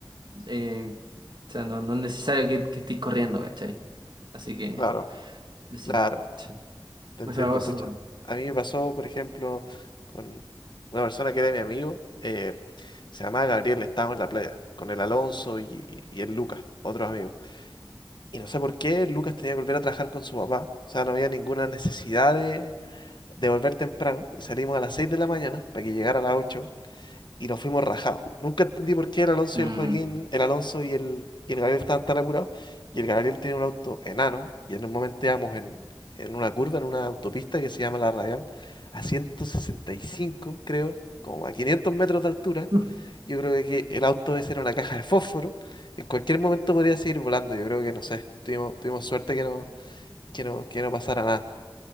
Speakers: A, on the right; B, on the left.
A: Eh, o sea, no, no es necesario que, que estés corriendo, ¿cachai? Así que,
B: claro,
A: eso.
B: claro.
A: Sí.
B: Te entiendo,
A: O sea, eso
B: pucha.
A: no.
B: A mí me pasó, por ejemplo, con una persona que era mi amigo, eh, se llamaba Gabriel, estábamos en la playa, con el Alonso y, y el Lucas, otros amigos. Y no sé por qué Lucas tenía que volver a trabajar con su papá. O sea, no había ninguna necesidad de de volver temprano y salimos a las 6 de la mañana para que llegara a las 8 y nos fuimos rajados. Nunca entendí por qué el Alonso
A: Mm,
B: y el Joaquín, el Alonso y el, y el Gabriel estaban tan apurados y el Gabriel tenía un auto enano y en un momento íbamos en, en una curva, en una autopista que se llama La Radial, a 165 creo, como a 500 metros de altura.
A: <laughs>
B: Yo creo que el auto ese era una caja de fósforo. En cualquier momento podría seguir volando. Yo creo que no sé. Tuvimos, tuvimos suerte que no, que no, que no pasara nada.